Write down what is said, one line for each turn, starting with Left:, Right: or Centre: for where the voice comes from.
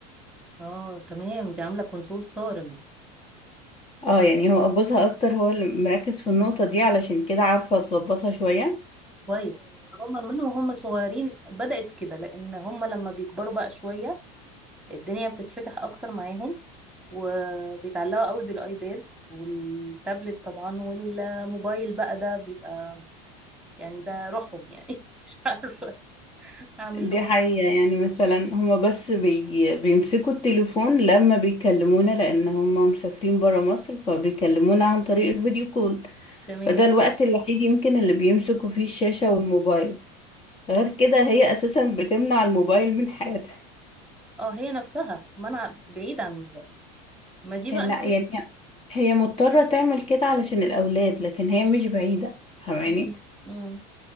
Centre: اه تمام دي عاملة كنترول صارم
Left: اه يعني هو جوزها أكتر هو اللي مركز في النقطة دي علشان كده عارفة تظبطها شوية
Centre: كويس هم من وهم صغيرين بدأت كده لأن هم لما بيكبروا بقى شوية الدنيا بتتفتح اكتر معاهم وبيتعلقوا قوي بالايباد والتابلت طبعا والموبايل بقى ده بيبقى يعني ده روحهم يعني <laughs> مش عارفة اعمل
Left: دي
Centre: لهم
Left: حقيقة يعني مثلا هما بس بي... بيمسكوا التليفون لما بيكلمونا لأن هما مسافرين برا مصر فبيكلمونا عن طريق الفيديو كول
Centre: تمام
Left: فده الوقت الوحيد يمكن اللي بيمسكوا فيه الشاشة والموبايل غير كده هي أساسا بتمنع الموبايل من حياتها
Centre: اه هي نفسها ما انا بعيد عن الموبايل ما دي بقى
Left: آه، لا
Centre: الفك-
Left: يعني هي هي مضطرة تعمل كده علشان الأولاد لكن هي مش بعيدة فاهماني
Centre: مم. مم.